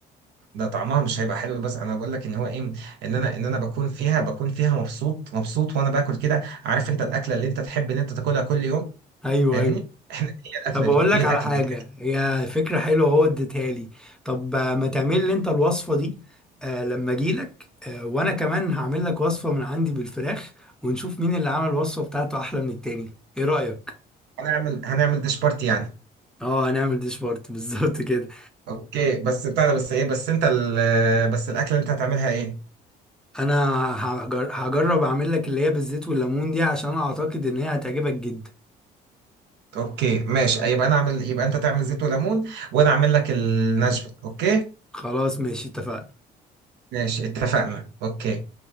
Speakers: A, on the right; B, in the centre.
A: ده طعمها مش هيبقى حلو بس انا بقول لك ان هو ايه ان انا ان انا بكون فيها بكون فيها مبسوط مبسوط وانا باكل كده عارف انت الاكله اللي انت تحب ان انت تاكلها كل يوم
B: ايوه
A: فاهمني
B: ايوه
A: احنا هي الاكله
B: طب
A: دي
B: اقول
A: هي
B: لك
A: الاكله
B: على حاجه
A: دي
B: هي فكره حلوه هو اديتها لي طب آه، ما تعمل لي انت الوصفه دي آه لما اجي لك آه وانا كمان هعمل لك وصفه من عندي بالفراخ ونشوف مين اللي عمل الوصفه بتاعته احلى من التاني ايه رايك
A: هنعمل هنعمل ديش بارتي يعني
B: اه هنعمل ديش بارت <laughs> بالظبط كده
A: اوكي بس بتاع ده بس ايه بس انت ال بس الاكله اللي انت هتعملها ايه
B: انا هجر... هجرب اعمل لك اللي هي بالزيت والليمون دي عشان اعتقد ان هي هتعجبك جدا
A: اوكي ماشي يبقى انا اعمل يبقى انت تعمل زيت وليمون وانا اعمل لك النشفه اوكي
B: خلاص ماشي اتفقنا
A: ماشي اتفقنا اوكي